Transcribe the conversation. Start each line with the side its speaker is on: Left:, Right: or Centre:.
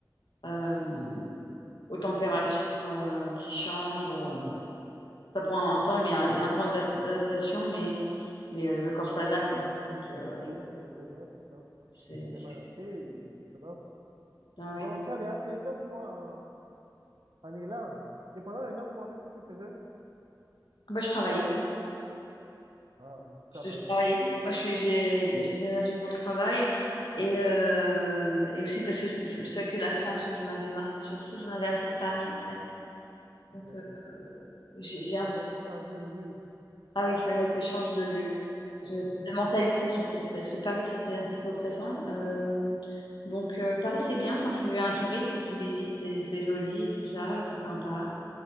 Left: euh, aux températures
Right: Oui,
Left: euh, qui changent. euh, Ça prend un temps, mais un, un temps d'adap- d'adaptation, mais, mais euh, le corps s'adapte. Donc, euh,
Right: oui, c'est c'est vrai, c'est ça.
Left: c'est,
Right: Je vais
Left: c'est-
Right: m'adapter et tout cela.
Left: Ah oui.
Right: Donc, tu as déjà fait neuf mois en, en Irlande. Et pendant les neuf mois, qu'est-ce que tu faisais?
Left: Bah, je travaillais.
Right: Ah, tu travaillais.
Left: Je, je travaillais. Moi, je suis, j'ai, j'ai déménagé pour le travail. Et, euh, et aussi parce que je, je- c'est vrai que la France, j'en avais marre. C'est Surtout, j'en avais assez de Paris, en fait. Donc,
Right: Oui.
Left: euh, j'ai, j'ai
Right: Tu
Left: un...
Right: voulais aussi changer de milieu.
Left: Ah oui, il fallait que je change de lieu.
Right: Oui,
Left: Je- De mentalité, surtout. Parce que Paris, c'était un petit peu oppressant. Euh, donc, euh, Paris, c'est bien quand tu es un touriste et tu visites. C'est c'est joli et tout ça. C'est sympa.